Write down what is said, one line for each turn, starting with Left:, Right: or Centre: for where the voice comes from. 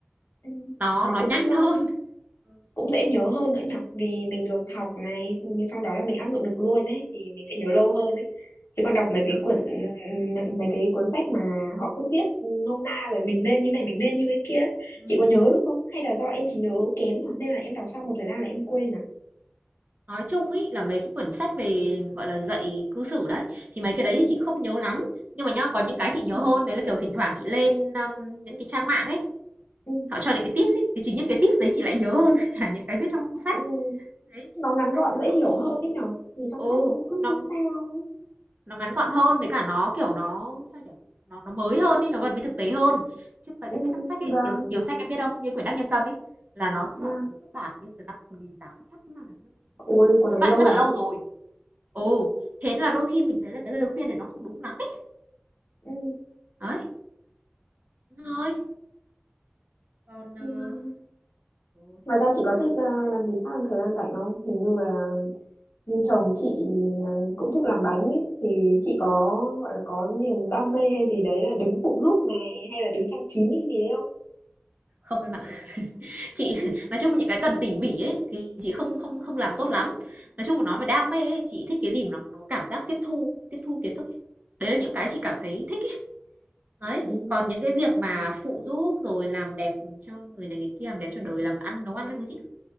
Left: Ừ.
Right: nó
Left: Nó
Right: nó
Left: cũng
Right: nhanh
Left: ờ,
Right: <laughs> hơn. Ừm,
Left: cũng dễ nhớ hơn nữa nhở vì mình được học này mình sau đó là mình áp dụng được luôn ấy thì mình sẽ nhớ lâu hơn ấy chứ còn đọc mấy cái
Right: đó,
Left: quyển m- mấy cái cuốn sách mà họ cứ viết nôm na rồi mình nên như này mình nên như cái kia ấy. chị
Right: ừm.
Left: có nhớ được không hay là do em chỉ nhớ kém nhở nên là em đọc xong một thời gian là em quên à
Right: Nói chung ấy là mấy cái quyển sách về, gọi là, dạy cư xử đấy, thì mấy cái đấy thì chị không nhớ lắm, nhưng mà nhá, có những cái chị nhớ
Left: ừ,
Right: hơn, đấy là, kiểu, thỉnh thoảng chị lên, ờm, những cái trang mạng ấy,
Left: ừ,
Right: Họ cho những cái tips ấy, thì chính những cái tips đấy chị lại nhớ hơn <laughs> là những cái viết trong sách.
Left: ừ.
Right: Đấy,
Left: nó ngắn
Right: tại
Left: gọn
Right: vì thực
Left: dễ
Right: sự
Left: hiểu
Right: thì
Left: hơn ấy nhở vì trong
Right: ừ,
Left: sách nó cứ
Right: nó
Left: sao sao ấy.
Right: nó ngắn gọn hơn với cả nó, kiểu, nó sao nhỉ? Nó nó mới hơn ấy, nó gần với thực tế hơn. Chứ không phải
Left: ừ,
Right: cái viết trong sách
Left: vâng
Right: ấy, nhiều nhiều sách em biết không? Như quyển Đắc Nhân Tâm ấy, là nó sản
Left: vâng
Right: nó xuất bản như từ năm 18 chắc là năm 1980,
Left: ôi cuốn
Right: tóm
Left: đấy
Right: lại
Left: lâu
Right: rất
Left: lắm
Right: là lâu rồi. Ừ, thế là đôi khi mình thấy là cái lời khuyên này nó không đúng lắm ấy.
Left: ừ.
Right: Đấy, thôi, còn, ờ,
Left: yeah.
Right: ừ,
Left: Ngoài ra chị có thích ờ, làm gì khác trong thời gian rảnh không? Hình như là như chồng chị ờ, cũng thích làm bánh ấy, thì chị có gọi là có niềm đam mê hay gì đấy là đứng phụ giúp này hay là đứng trang trí hay gì đấy không?
Right: không em Chị <laughs> nói chung những cái cần tỉ mỉ ấy, thì chị không không không làm tốt lắm. Nói chung mà nói về đam mê ấy, chị thích cái gì mà nó nó cảm giác tiếp thu tiếp thu kiến thức ấy. Đấy là những cái chị cảm thấy thích ấy. Đấy,
Left: Ừ.
Right: còn những cái việc mà phụ giúp rồi làm đẹp cho người này người kia, làm đẹp cho đời, làm ăn, nấu ăn các thứ chị